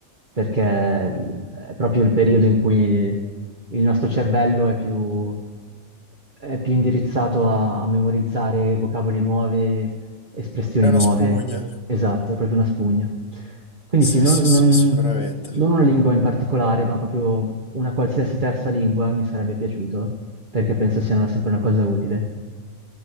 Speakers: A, on the right (about 35°); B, on the left (about 45°).
A: perché è proprio il periodo in cui il nostro cervello è più è più indirizzato a, a memorizzare vocaboli nuove, espressioni
B: È una
A: nuove.
B: spugna.
A: Esatto, è proprio una spugna. Quindi
B: Sì,
A: sì, non,
B: sì, sì,
A: non-
B: sicuramente.
A: non una lingua in particolare, ma proprio una qualsiasi terza lingua mi sarebbe piaciuto, perché penso sia una- sempre una cosa utile.